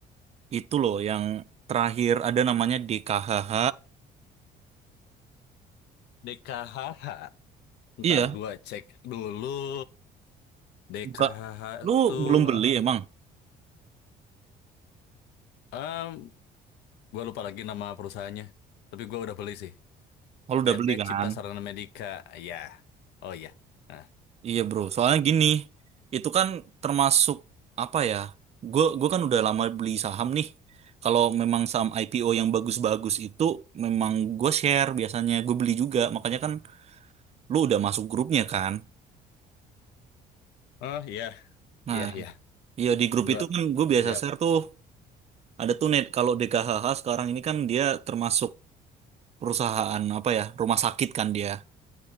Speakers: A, on the right; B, on the left.
A: Itu loh yang terakhir ada namanya DKHH.
B: DKHH.
A: Iya,
B: Ntar gua cek dulu. DKHH
A: buka. Lu
B: tuh,
A: belum beli emang?
B: em, gua lupa lagi nama perusahaannya. Tapi gua udah beli sih.
A: Oh, lu udah
B: PT
A: beli kan?
B: Cipta Sarana Medika. Ya, oh iya. Nah,
A: Iya, bro. Soalnya gini, itu kan termasuk apa ya? Gue gue kan udah lama beli saham nih. Kalau memang saham IPO yang bagus-bagus itu memang gue share biasanya gue beli juga. Makanya kan lu udah masuk grupnya kan?
B: oh iya,
A: Nah,
B: iya iya.
A: iya di grup
B: Gua
A: itu kan gue biasa
B: lihat.
A: share tuh ada tuh net kalau DKHH sekarang ini kan dia termasuk perusahaan apa ya rumah sakit kan dia